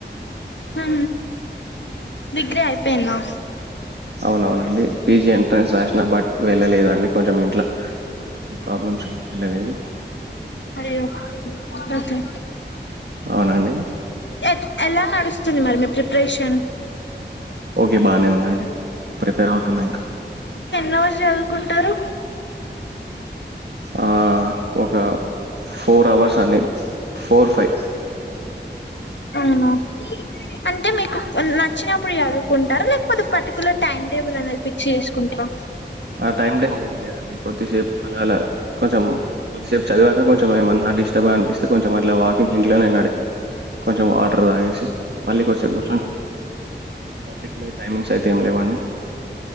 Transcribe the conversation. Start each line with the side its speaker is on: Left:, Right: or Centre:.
Left: హ డిగ్రీ అయిపోయిందా
Right: అవునవునండి పీజీ ఎంట్రన్స్ రాసినా బట్ వెళ్ళలేదండి కొంచెం ఇంట్లో ప్రాబ్లమ్స్ వెళ్ళలేదు
Left: అయ్యో ఓకే
Right: అవునండి
Left: ఎట్ ఎలా నడుస్తుంది మరి మీ ప్రిపరేషన్
Right: ఓకే బాగానే ఉందండి ప్రిపేర్ అవుతున్నా ఇంకా
Left: రోజు చదుకుంటారు
Right: ఆ ఒక ఫోర్ అవర్స్ అండి ఫోర్ ఫైవ్
Left: అవునా అంటే మీకు నచ్చినప్పుడు చదువుకుంటారా లేకపోతే పర్టికులర్ టైమ్ టేబుల్ అనేది ఫిక్స్ చేసుకుంటారా
Right: ఆ టైమ్ టేబుల్ ఏం లేదండి కొద్దిసేపు అలా అలా కొంచెం కొద్దిసేపు చదివాక కొంచెం ఏమన్నా టాబా అనిపిస్తే కొంచెం వాకింగ్ ఇంట్లో నడి కొంచెం అట్ వాటర్ తాగేసి మళ్ళీ కాసేప్ కూర్చొని పర్టికులర్ టైమింగ్స్ అయితే ఏం లేవండి